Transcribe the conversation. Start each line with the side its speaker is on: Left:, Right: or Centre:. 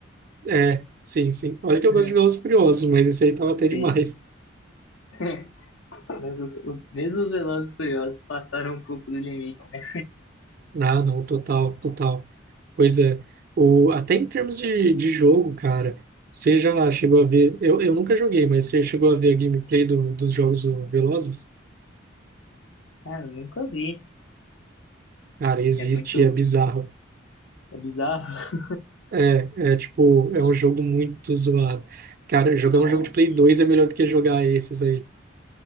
Right: É, sim, sim. Olha que eu
Left: <laughs>
Right: gosto de Velozes e Furiosos, mas esse aí tava até demais.
Left: Sim.
Right: <laughs>
Left: <laughs> Mas os, os, mesmo os Velozes e Furiosos passaram um pouco do limite. né?
Right: Ah, não, total, total. Pois é. O, até em termos de, de jogo, cara, você já chegou a ver... Eu, eu nunca joguei, mas você chegou a ver a gameplay do, dos jogos do Velozes?
Left: Cara, eu nunca vi.
Right: Cara, existe,
Left: É muito
Right: e é bizarro.
Left: É bizarro.
Right: É, é tipo, é um jogo muito zoado. Cara, jogar
Left: Nossa,
Right: um jogo de Play 2 é melhor do que jogar esses aí.